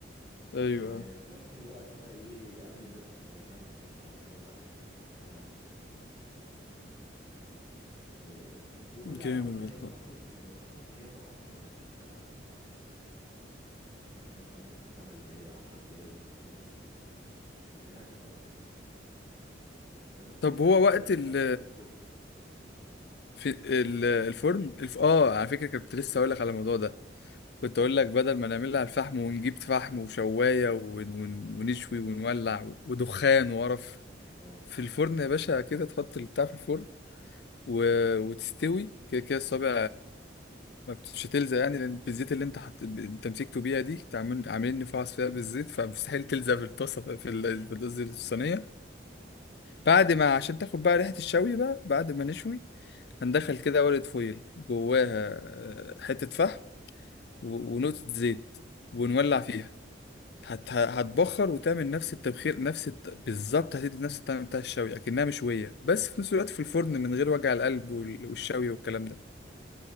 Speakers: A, on the left; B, on the right.
A: ايوه
B: وفي نفس الوقت بقى ايه قال لي لازم تبقى مجهز بقى الشواية بقى والفحم بتاعك و- والحركات دي إيه، وبيقول
A: جامد
B: لي على فكرة
A: والله
B: هي بتاخد ما بتاخدش ياما اصلا في ال- على الفحم يعني بيقول لي دي من مثلا ممكن 8 دقايق 10 دقايق بالكتير قوي بتلاقيها استوت واخد بالك وفي
A: طب
B: ناس
A: هو
B: بتحب
A: وقت ال
B: تعملها في الفرن
A: في ال- الفرن الف... اه
B: مم.
A: على فكره كنت لسه اقول لك على الموضوع ده كنت اقول لك بدل ما نعملها على الفحم ونجيب فحم وشوايه ون... ون... ونشوي ونولع ودخان وقرف
B: اه
A: في الفرن يا باشا كده تحط البتاع في الفرن و... وتستوي كده كده الصابع ما بتش تلزق يعني لان بالزيت اللي انت حط تمسكته بيها دي عاملين
B: مم.
A: عاملين نفعص فيها بالزيت فمستحيل تلزق في الطاسه في ال- في قصدي الصينيه
B: اه
A: بعد ما عشان تاخد بقى ريحه الشوي بقى بعد ما نشوي هندخل كده ورقه فويل جواها آه، حته فحم و- ونقطه زيت ونولع فيها هت... هتبخر وتعمل نفس التبخير نفس الت... بالظبط هتدي نفس الطعم بتاع الشوي اكنها مشويه بس في نفس الوقت في الفرن من غير وجع القلب وال- والشوي والكلام ده